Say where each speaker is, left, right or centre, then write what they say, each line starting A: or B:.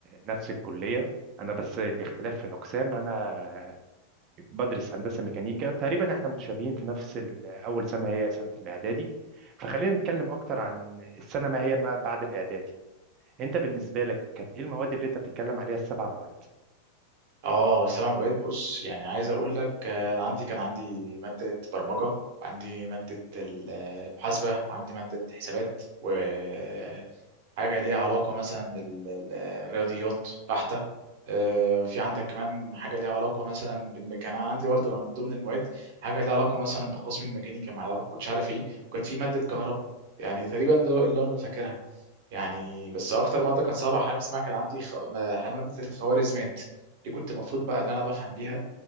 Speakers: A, on the right; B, on the right.
A: نفس الكليه انا بس الاختلاف في الاقسام انا بدرس هندسه ميكانيكا تقريبا احنا متشابهين في نفس ال- اول سنه هي سنه الاعدادي فخلينا نتكلم اكتر عن السنه ما هي ما بعد الاعدادي انت بالنسبه لك كانت ايه المواد اللي انت بتتكلم عليها السبع مواد
B: اه سلام اوقات بص يعني عايز اقول لك آه، انا عندي كان عندي ماده برمجه عندي ماده ال- المحاسبه وعندي ماده حسابات وحاجه ليها علاقه مثلا بالرياضيات بحته آه، في عندك كمان حاجه ليها علاقه مثلا بالميكانيكا أنا عندي برضه من ضمن المواد حاجه ليها علاقه مثلا بقسم الميكانيكا ما أعرف- كنتش عارف ايه وكانت في ماده كهرباء يعني تقريبا دول اللي انا فاكرها يعني بس اكتر ماده كانت صعبه حاجه اسمها كان عندي خ... ما- ماده الخوارزميات دي كنت المفروض بقى ان انا بفهم بيها